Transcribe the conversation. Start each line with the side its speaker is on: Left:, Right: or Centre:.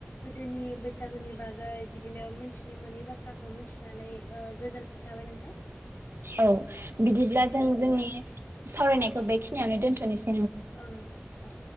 Left: गोदोनि बैसागुनि बागै बिदिनो मिथिनोमोनि बाथ्राखौ मिथिनानै गोजोननाय थाबाय नोंथां।
Right: औ बिदिब्ला जों जोंनि सावरायनायखौ बेखि खिनियावनो दोनथ'सै।
Left: औ नोंथां औ।